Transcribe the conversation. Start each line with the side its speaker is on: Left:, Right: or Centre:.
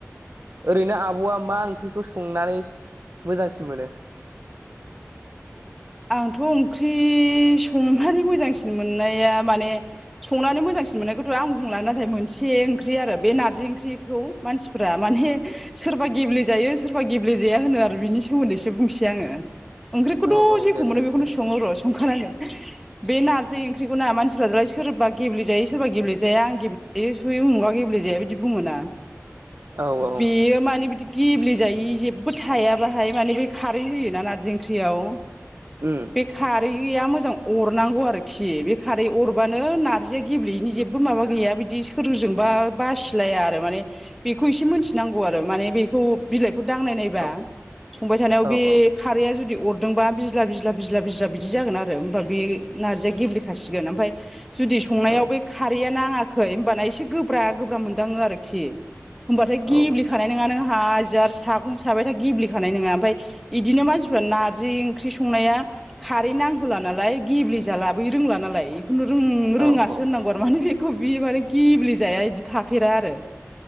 Right: ओरैनो आब'आ मा ओंख्रिखौ संनानै मोजांसिन मोनो?
Centre: आंथ' ओंख्रि संनानै मोजांसिन मोननाया माने संनानै मोजांसिन मोननायखौथ' आं बुंला नाथाय मोनसे ओंख्रि आरो बे नारजि ओंख्रिखौ मानसिफ्रा माने सोरबा गेब्लेेजायो सोरबा गेब्लेेजाया होनो आरो बिनि सोमोन्दैसो बुंसै आङो। ओंख्रिखौथ'
Right: औ औ
Centre: जेखौ
Right: दे
Centre: मोनो
Right: बुंदो
Centre: बेखौनो
Right: दे
Centre: सङो
Right: औ
Centre: र' संखानांगोन। बे नारजि ओंख्रिखौ ना मानसिफ्रा सोरबा गेब्लेेजायो सोरबा गेबेेजाया आं गेबेे जायो सुयो उमुगा गेब्लेेजाया बिदि बुङोना।
Right: औ औ
Centre: बेयो माने बिदि गेब्लेजायि जे जेबो थाया बाहाय माने बै खारै होयोना नारजि ओंख्रियाव
Right: उ
Centre: बे खारैया मोजां अरनांगौ आरोखि बे खारै अरबानो नारजिया गेब्लेयैनि जे बो माबा गैया बिदि सोरजोंबा बासिलाया आरो माने बेखौ एसे मिथिनांगौ आरो माने बेखौ बिलाइखौ दांनाय नायबा
Right: औ
Centre: संबाय थानायाव
Right: औ
Centre: बे
Right: औ
Centre: खारैया जुदि अरदोंबा बिज्ला बिज्ला बिज्ला बिज्ला बिदि जागोन आरो होमबा बे नारजैया गेब्ले खासिगोन ओमफ्राय जुदि संनायाव
Right: औ
Centre: बै खारैया नाङाखै होनोमबाना एसे गोब्रा गोब्रा मोनदाङो आरोखि। होमबाथाय गेब्लिखानाय
Right: औ
Centre: नङा नों हाजार सागं साबायथा गेब्लेखानाय नङा ओमफ्राय बिदिनो मानसिफ्रा नारजि ओंख्रि संनाया खारै नांहोला नालाय गेब्लेजाला बै रोंला नालाय। खुनु रों
Right: औ
Centre: रोङासो
Right: औ
Centre: होननांगौ आरो माने बेखौ बि माने गेब्ले जाया बिदि थाफेरा आरो।